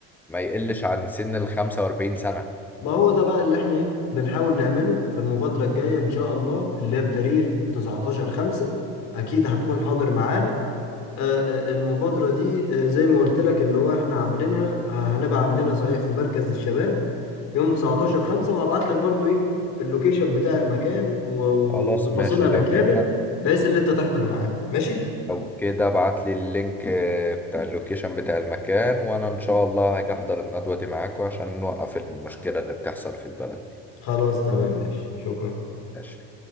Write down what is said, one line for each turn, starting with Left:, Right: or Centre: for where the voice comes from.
Centre: ما يقلش عن سن ال 45 سنة
Left: ما هو ده بقى اللي احنا ايه بنحاول نعمله في المبادرة الجاية ان شاء الله اللي هي بتاريخ 19 5 اكيد هتكون حاضر معانا آه، آه، المبادرة دي آه، زي ما قلت لك اللي هو احنا عاملينها آه، هنبقى عاملينها صحيح في مركز الشباب يوم 19 5 وهبعت لك برضو ايه اللوكيشن بتاع المكان و- و-
Centre: خلاص
Left: وتفاصيلها
Centre: ماشي
Left: بالكامل
Centre: لو كده
Left: بحيث اللي انت تحضر معانا ماشي
Centre: لو كده ابعت لي اللينك آه، بتاع اللوكيشن بتاع المكان وانا ان شاء الله هاجي احضر الندوة دي معاكم عشان نوقف المشكلة اللي بتحصل في البلد دي
Left: خلاص تمام ماشي شكرا
Centre: ماشي